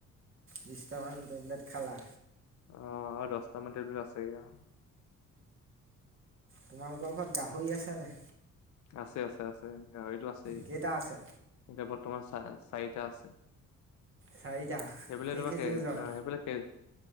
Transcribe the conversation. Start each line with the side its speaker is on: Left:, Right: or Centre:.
Right: বিছটামান টেবলেট খালা।
Left: অ' আৰু দহটা মান টেবলেট আছেগে আৰু।
Right: তোমালোকৰ ঘৰত গাহৰি আছেনে?
Left: আছে, আছে, আছে, গাহৰিতো আছেই,
Right: কেইটা আছে
Left: এতিয়া বৰ্তমান চা চাৰিটা আছে।
Right: চাৰিটা
Left: সেইফালে
Right: কেই
Left: তোমাক
Right: কেজি
Left: কে
Right: ওজনৰ
Left: সেইফালে কে